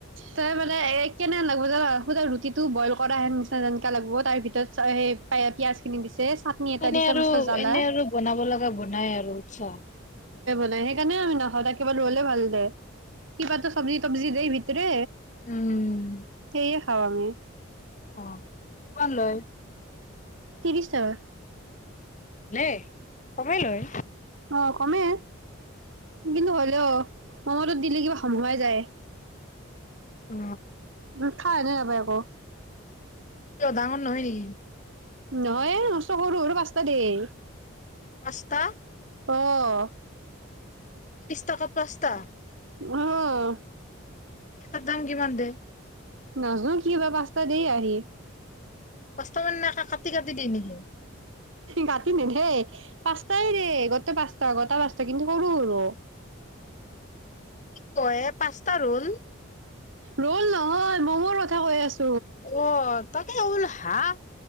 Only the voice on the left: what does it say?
এনে
আৰু
এনে আৰু বনাব লগা বনাই আৰু ছ
উম
অ অকমান লয়
নে কমেই লয়
অ
কিয় ডাঙৰ নহয় নেকি?
পাঁচটা
তিশটকাত পাঁচটা
এটা দাম কিমান দে?
পাস্তা মানে কাটি- কাটি দিয়ে নেকি?
তই পাঁচটা ৰ'ল
অ', তাকে ওল হা',